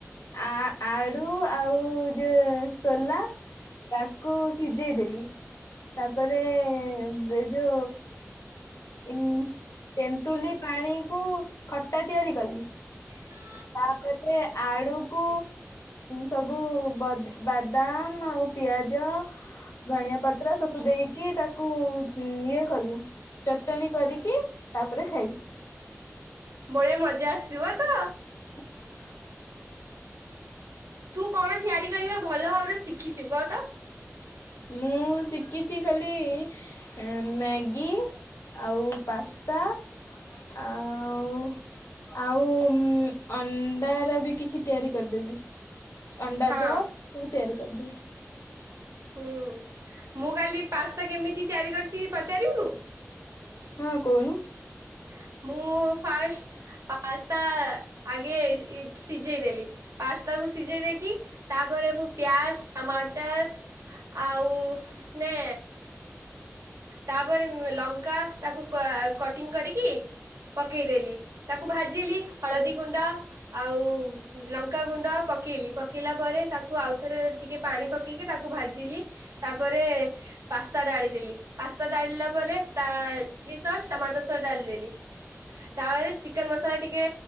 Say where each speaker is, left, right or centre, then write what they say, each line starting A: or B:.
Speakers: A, on the left; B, on the right.
A: ଆ ଆଳୁ ଆଉ ଯ ସୋଲା ତାକୁ ସିଝେଇଦଲି ତାପରେ ଦେଇ ଯ ଉ ତେନ୍ତୁଲି ପାଣି କୁ ଖଟା ତିଆରି କଲି।
B: ହଁ <inaudible>
A: ତାପରେ ଆଡୁକୁ ସବୁ ବାଦାମ ଆଉ ପିଆଜ ଧଣିଆ ପତ୍ର ସବୁ ଦେଇକି ତାକୁ ଇଏ କଲୁ। ଚଟଣି କରିକି ତାପରେ ଖାଇଲି।
B: ବଢଆ ମଜା ଆସିଥିବ ତ?
A: <inaudible>
B: ତୁ କଣ ତିଆରି କରିବା ଭଲ ଭାବରେ ଶିଖିଛୁ, କହ ତ?
A: ମୁଁ ଶିଖିଛି ଖାଲି ମ୍ୟାଗି। ଆଉ ପାସ୍ତା, ଆଉ ଆଉ ଅଣ୍ଡା ର ବି କିଛି ତିଆରି କରିଦେବି। ଅଣ୍ଡା
B: ହଁ
A: ଚପ, ସବୁ ତିଆରି କରି ଦେବି।
B: ହୁଁ, ମୁଁ କାଲି ପାସ୍ତା କେମିତି ତିଆରି କରିଛି ପଚାରିବୁନୁ?
A: ହଁ କହନୁ।
B: ହା। <unintelligible> ମୁଁ ଫାଷ୍ଟ ପାସ୍ତା ଆଗେ ସିଝେଇ ଦେଲି ପାସ୍ତା କୁ ସିଝେଇ ଦେଇକି ତାପରେ ମୁଁ ପ୍ୟାଜ, ଟମାଟର ଆଉ ନେ ତାପରେ ଲଙ୍କା ତାକୁ କଟିଂ କରି କି <unintelligible> ପକେଇଦଲି, ତାକୁ ଭାଜିଲି, ହଳଦୀ ଗୁଣ୍ଡ ଆଉ ଲଙ୍କା ଗୁଣ୍ଡ ପକେ ପକେଇଲି ପକେଇଲା ପରେ ତାକୁ ଆଉଥରେ ଟିକେ ପାଣି ପକେଇକି ତାକୁ ଭାଜିଲି ତାପରେ। ପାସ୍ତା ଡାଳି ଦେଲି ପାସ୍ତା ଡାଳିଲା ପରେ ତା ଚିଲି ସସ୍ ଟମାଟୋ ସସ୍ ଡାଳିିଲି। ତାପରେ ଚିକେନ ମସଲା ଟିକେ